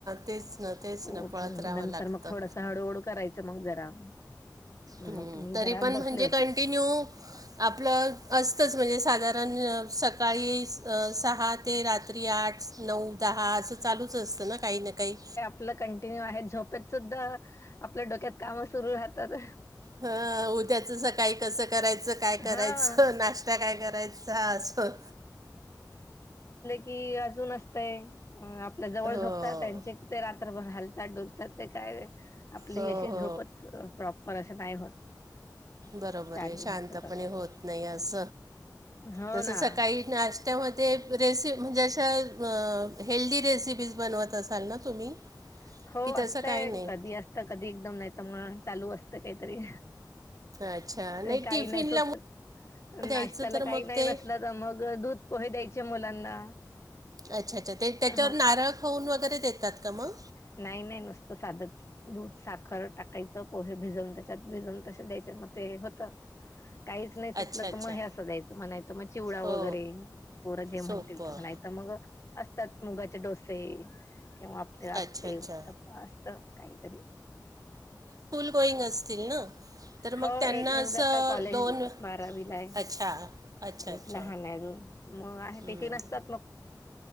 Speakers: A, on the right (about 55°); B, on the left (about 40°).
A: तेच ना तेच ना
B: उठून
A: पळत राहावं
B: नंतर
A: लागतं.
B: मग थोडस हळूहळू करायचं मग जरा
A: हम्म
B: मग मी
A: तरी
B: जरा आज
A: पण
B: बसले
A: म्हणजे
B: होते.
A: कंटिन्यू आपलं असतच म्हणजे साधारण सकाळी सहा ते रात्री आठ नऊ दहा असं चालूच असतं ना काही ना काही
B: आपल कंटिन्यू आहे झोपेत सुद्धा आपल्या डोक्यात काम सुरु राहतात
A: ह उद्याचं सकाळी कसं करायचं काय करायचं
B: हां.
A: नाश्ता काय करायचा असं
B: कि अजून असतेय आपल्या जवळ
A: हो हो
B: झोपतात त्यांचे ते रात्रभर हालतात डुलतात ते काय आपली
A: हो
B: अशी झोपच प्रॉपर अशी नाही होत
A: बरोबर
B: चालू
A: आहे शांतपणे
B: राहत असं
A: होत नाही अस
B: हो
A: तस
B: ना
A: सकाळी नाश्यामध्ये रेस म्हणजे अशा हेल्दी रेसिपी बनवत असाल ना तुम्ही
B: <inaudible> हो
A: की तसं
B: असतय
A: काही नाही
B: कधी असतं कधी एकदम नाही तर म चालू असतं काहीतरी
A: अच्छा
B: काही
A: टिफिनला
B: नाही सुचतात
A: मुलं
B: नाश्त्याला
A: द्यायचं तर
B: काही
A: मग
B: नाही
A: ते
B: नसल तर मग दूध पोहे द्यायचे मुलांना
A: अच्छा अच्छा ते त्याच्यावर
B: हो
A: नारळ खऊन वगैरे देतात का मग
B: नाही नाही नुसतं साधच दूध साखर टाकायचं पोहे भिजवून त्याच्यात भिजून तसे द्यायचे मग ते होत काहीच नाही
A: अच्छा
B: सुचलं
A: अच्छा
B: तर मग हे असं जा्यायचं म्हणायच मग चिवडा
A: हो
B: वगैरे पोर जे म्हणतील
A: सोपं
B: तसं नाही तर मग असतात मुगाचे डोसे किंवा आपले आपे
A: अच्छा अच्छा
B: उत्तप्पा असत काहीतरी
A: पईंग असतील ना तर मग
B: हो
A: त्यांना
B: एक मुलगा
A: असं
B: आता कॉलेज
A: दोन
B: बारावीला आहे
A: अच्छा अच्छा अच्छा
B: एक लहान आहे अजून मग आहे
A: हम्म
B: टिफिन असतात मग